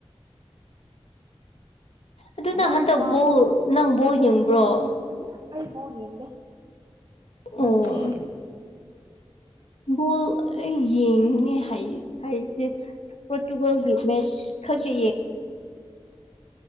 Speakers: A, on the left; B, on the right.
A: ꯑꯗꯨꯅ
B: ꯋꯥꯗꯤ
A: ꯍꯟꯗꯛ
B: ꯋꯥ
A: ꯕꯣꯜ ꯅꯪ ꯕꯣꯜ ꯌꯦꯡꯕ꯭ꯔꯣ
B: ꯎꯝ ꯍꯨꯛ ꯑꯩ ꯕꯣꯜ ꯌꯦꯡꯗꯦ
A: ꯑꯣ
B: ꯅꯪꯗꯤ
A: ꯕꯣꯜ ꯑꯩ ꯌꯦꯡꯅꯤ ꯍꯩ ꯍꯩꯖꯦ ꯄꯣꯔꯇꯨꯒꯜꯒꯤ ꯃꯦꯠꯆ ꯈꯛ ꯌꯦꯌꯦ